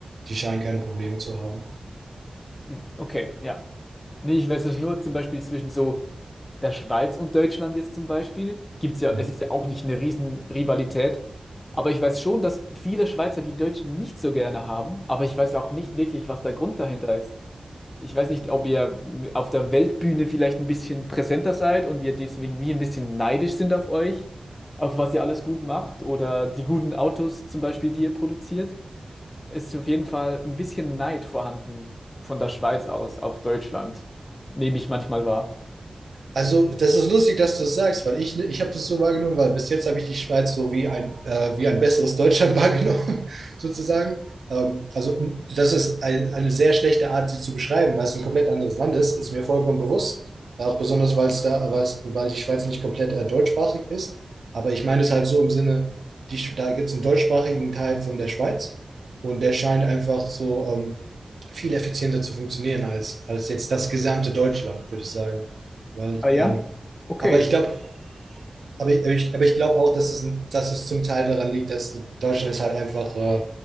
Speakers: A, on the right; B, on the left.
A: die scheinen keine Probleme zu haben.
B: Hm, Okay, ja. Nee, ich weiß es nur zum Beispiel zwischen so der Schweiz und Deutschland jetzt zum Beispiel. Gibt's ja,
A: Da,
B: es ist ja auch nicht eine riesen Rivalität. Aber ich weiß schon, dass viele Schweizer die Deutschen nicht so gerne haben. Aber ich weiß auch nicht wirklich, was der Grund dahinter ist. Ich weiß nicht, ob ihr auf der Weltbühne vielleicht ein bisschen präsenter seid und wir deswegen wie ein bisschen neidisch sind auf euch, auf was ihr alles gut macht oder die guten Autos zum Beispiel, die ihr produziert. Es Ist auf jeden Fall ein bisschen Neid vorhanden von der Schweiz aus auf Deutschland, nehme ich manchmal wahr.
A: Also, das ist lustig, dass du es sagst, weil ich, ne, ich habe das so wahrgenommen, weil bis jetzt habe ich die Schweiz so wie ein, äh, wie ein besseres Deutschland <laughs> wahrgenommen, sozusagen. Ähm, also, m- das ist ein, eine sehr schlechte Art, sie zu beschreiben, weil es ein komplett anderes Land ist, ist mir vollkommen bewusst. Auch besonders, weil es da, weil's, weil die Schweiz nicht komplett äh, deutschsprachig ist. Aber ich meine es halt so im Sinne, die, Sch- da gibt es einen deutschsprachigen Teil von der Schweiz und der scheint einfach so ähm, viel effizienter zu funktionieren als, als jetzt das gesamte Deutschland, würde ich sagen. Weil,
B: Ah ja,
A: ähm,
B: okay.
A: aber ich glaube, aber ich, aber ich, aber ich glaube auch, dass es, ein- dass es zum Teil daran liegt, dass Deutschland ist halt einfach, äh,